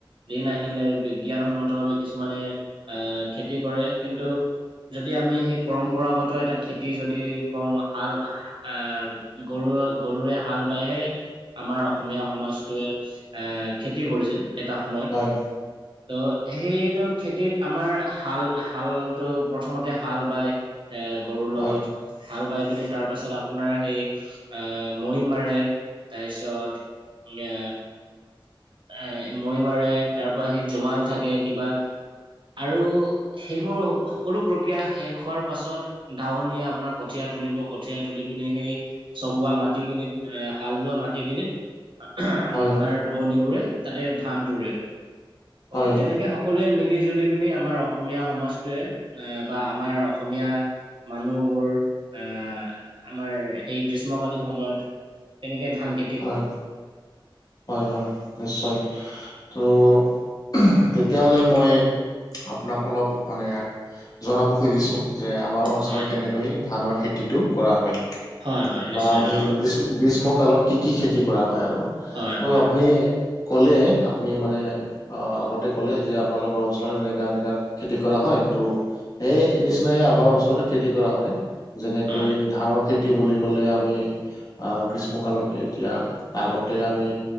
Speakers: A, on the right; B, on the left.
A: দিন আহিলে, বিজ্ঞানসন্মত বাবে কিছুমানে আহ খেতি কৰে কিন্তু যদি আমি সেই পৰম্পৰাগত এটা খেতি যদি কওঁ হাল আহ গৰু, গৰুৰে হাল বাইহে আমাৰ অসমীয়া সমাজটোৱে এ খেতি কৰিছিল এটা সময়ত,
B: হয়
A: ত' সেইটো খেতিত আমাৰ হাল- হালটো প্ৰথমতে হাল বায়, এ গৰুৰ
B: হয়
A: লগত হাল বাই পিনি তাৰ পাছত আপোনাৰ সেই আহ মহি মাৰে, তাৰপিছত ই আ এ মৈ মাৰে, তাৰ পৰা সেই জোঙাল থাকে কিবা আৰু সেইবোৰ সকলো প্ৰক্ৰিয়া শেষ হোৱাৰ পাছত দাৱনিয়ে আপোনাৰ কঠীয়া তুলিব, কঠীয়া তুলি পিনি সেই চহোৱা মাটিখিনিত এ হাল বোৱা মাটিখিনিত আহাঁ আমাৰ
B: হয়
A: আমাৰ ৰোৱনীবোৰে তাতে ধানটো ৰুৱে,
B: হয়
A: অ তেনেকে স কলোৱে মিলি- জুলি পিনি আমাৰ অসমীয়া সমাজটোৱে, এ বা আমাৰ অসমীয়া মানুহবোৰ আহ আমাৰ সেই গ্ৰীষ্মকালীন সময়ত তেনেকে ধান খে
B: হয়, হয় হয়, নিশ্চয় ত উহ তেতিয়াহলে মই আপোনাক অলপ মানে জনাব খুজিছোঁ যে আ আমাৰ অঞ্চলত
A: হয়
B: কেনেকৈ ধানৰ খেতিটো কৰা হয়
A: হয় হয় নিশ্চয়
B: বা আমি
A: জনাব
B: গ্ৰীচ গ্ৰীষ্মকালত কি কি খেতি কৰা হয়, আৰু
A: হয়
B: ত'
A: হয়
B: আপুনি কলে আপুনি মানে আহ আগতে ক'লে যে আপোনালোকৰ অঞ্চলত এনেকা এনেকা খেতি কৰা হয় তো' সেই নিচিনাকে আমাৰ অঞ্চলতো খেতি কৰা হয়। যেনেকৈ
A: হয়
B: ধানৰ খেতি বুলি ক'লে আমি আহ গ্ৰীষ্মকালত এতিয়া, আগতে আমি